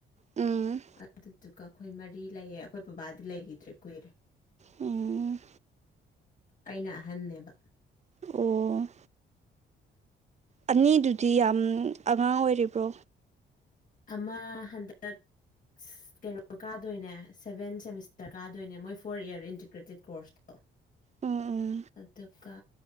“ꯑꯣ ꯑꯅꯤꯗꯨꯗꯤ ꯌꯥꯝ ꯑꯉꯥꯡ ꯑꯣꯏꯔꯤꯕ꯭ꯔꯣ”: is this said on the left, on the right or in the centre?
Right